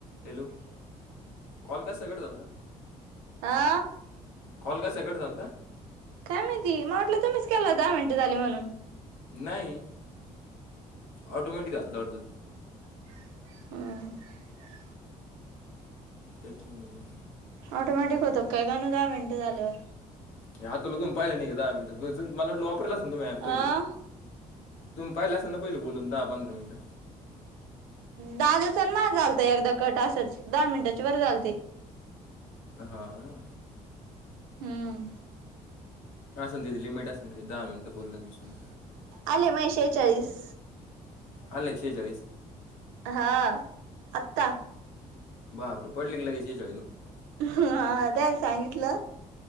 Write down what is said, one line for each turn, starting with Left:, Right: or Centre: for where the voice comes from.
Left: Hello call कसा cut झालता
Right: आ
Left: कॉल कसा कट झालता
Right: काय माहिती मला वाटलं तुम्हीच केला दहा मिनटं झाले म्हणून
Left: नाही ऑटोमॅटिक झालता वाटता
Right: ह
Left: त्याच्या म्ह
Right: ऑटोमॅटिक होतं काय का न दहा मिनिट झाल्यावर
Left: नाही आता लोगून पाहिले नाही दहा मिनिटात मला म्हटलं वापरलाच ना तुम्ही ऍप
Right: अ
Left: पहिले तुम्ही पाहिला असान पहिले बोलून दहा पंधरा मिनिटं
Right: दादाचा आणि माझा झालता एकदा कट असच दहा मिनटाच्या वर झालते
Left: हा ना
Right: हम्म.
Left: लिमिट असेन दहा मिनिट बोल वीस मिनिट
Right: आले माझे शेहेचाळीस
Left: आले एकशे चाळीस
Right: हा आता
Left: <unintelligible>
Right: हा त्याल सांगितलं